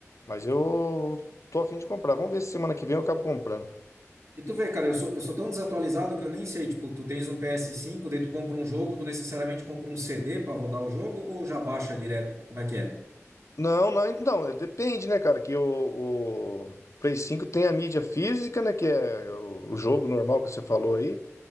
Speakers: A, on the left; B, on the right.
A: Mas eu
B: E
A: tô a fim de comprar. Vamos ver se semana que vem eu acabo comprando.
B: e tu vê, cara, eu sou, eu sou tão desatualizado que eu nem sei. Tipo, tu tens um ps cinco daí tu compra um jogo, tu necessariamente compra um CD pra rodar o jogo ou já baixa direto? Como é que é?
A: Não, não, então, é, depende, né, cara? Que o, o Play 5 tem a mídia física, né? Que é o, o jogo normal que você falou aí.